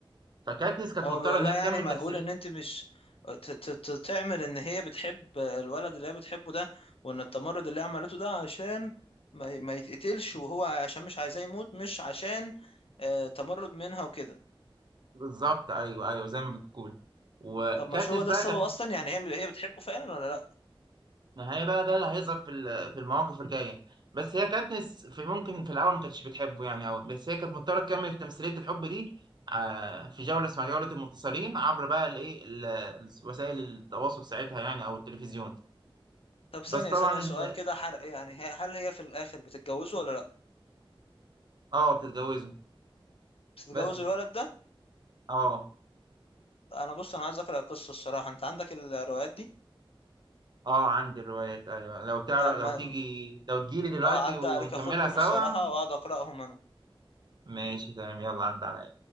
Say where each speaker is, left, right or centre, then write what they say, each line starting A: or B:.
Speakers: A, on the right; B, on the left.
A: فكاتنس كانت
B: هو
A: مضطره
B: بيقول
A: ان
B: لها
A: هي تكمل
B: يعني ما
A: تمثيل
B: اقول ان انت مش ت- ت- ت- تعمل ان هي بتحب الولد اللي هي بتحبه ده وان التمرد اللي هي عملته ده عشان ما ي- ما يتقتلش وهو عشان مش عايزاه يموت مش عشان آه، تمرد منها وكده
A: بالظبط ايوه ايوه زي ما بتقول وكاتنس
B: طب مش هو ده
A: بقى
B: السبب
A: كانت
B: اصلا يعني هي هي بتحبه فعلا ولا لا
A: نهائي بقى ده اللي هيظهر في ال- في المواقف الجايه بس هي كاتنس في ممكن في الاول ما كانتش بتحبه يعني قوي بس هي كانت مضطره تكمل تمثيليه الحب دي آه، في جوله اسمها جوله المنتصرين عبر بقى الايه ال- إيه، ال- وسائل التواصل ساعتها يعني او التلفزيون
B: طب ثانية
A: بس طبعا
B: ثانية سؤال
A: ال-
B: كده حرق يعني هي- هل هي في الاخر بتتجوزه ولا لا
A: اه بتتجوزه
B: بتتجوز
A: بس
B: الولد ده
A: اه
B: انا بص انا عايز اقرا القصة الصراحة انت عندك الروايات دي
A: اه عندي الروايات ايوه لو تعرف
B: طب ما
A: لو تيجي لو تجيلي دلوقتي
B: اه عدى
A: ونكملها
B: عليك اخدهم
A: سوا
B: الصراحة واقعد اقراهم انا
A: ماشي تمام يلا عدى عليا